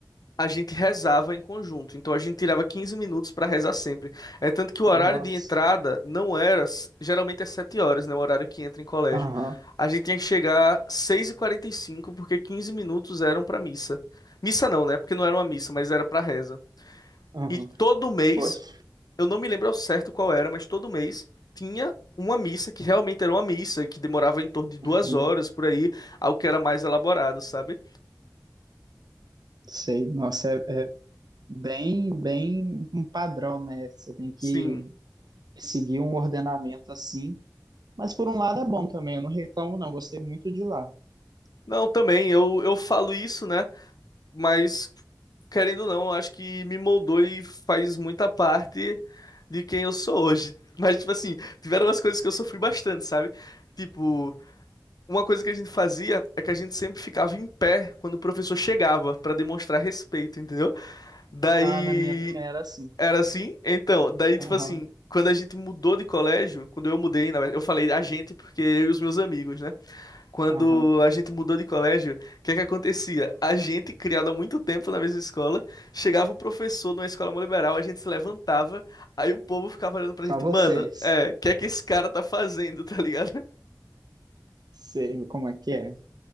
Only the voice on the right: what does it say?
Nossa,
aham,
aham,
poxa,
uhum.
Sei, nossa, é, é bem, bem um padrão, né? Você tem que
seguir um ordenamento assim. Mas por um lado é bom também, eu não reclamo não, gostei muito de lá.
Ah, na minha também era assim.
Aham,
aham.
Só
vocês.
Sei como é que é.